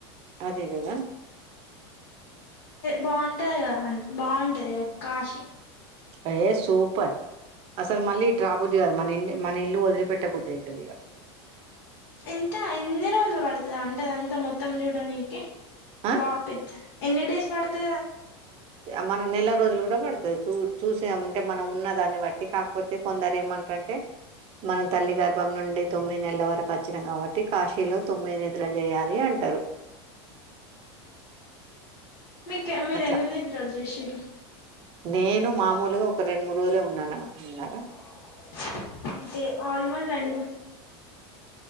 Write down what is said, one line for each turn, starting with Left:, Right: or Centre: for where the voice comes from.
Right: అదే కద
Left: బాగుంటాద బాగుంటాద కాశీ
Right: అయ సూపర్ అసలు మళ్ళీ ఇ ట రాబుద్ధది కదా మన ఇ మన ఇల్లు వదిలిపెట్టే బుద్ధి అవుతుది ఇగ
Left: ఎంత ఎన్ని రోజులు పడుతుంది అంటే ఆదంతామొత్తం చూడనికి
Right: ఆ
Left: బాగా పెద్ద ఎన్ని డేస్ పడుత
Right: అ మన నెల రోజులు కూడ పడతాయ్ చూ చూసామంటే మనం ఉన్న దాన్ని బట్టి కాకపోతే కొందరు ఏమంటారంటే మన తల్లి గర్భం నుండి తొమ్మిది నెలల వరకు వచ్చినాం కాబట్టి కాశీలో తొమ్మిది నిద్రలు చేయాలి అంటారు
Left: మీ మీరు
Right: అట్లా
Left: ఎన్ని నిద్రలు <unintelligible>
Right: నేను మామూలుగ ఒక రెండు మూడు రోజులే ఉన్నాను ఉన్నా
Left: <unintelligible>